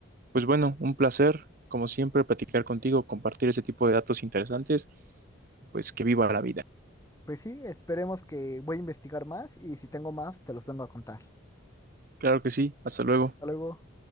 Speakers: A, on the right; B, on the left.
A: pues bueno, un placer, como siempre, platicar contigo, compartir ese tipo de datos interesantes, pues que viva la vida.
B: Pues sí, esperemos que voy a investigar más y si tengo más, te los vengo a contar.
A: Claro que sí, hasta luego.
B: Hasta luego.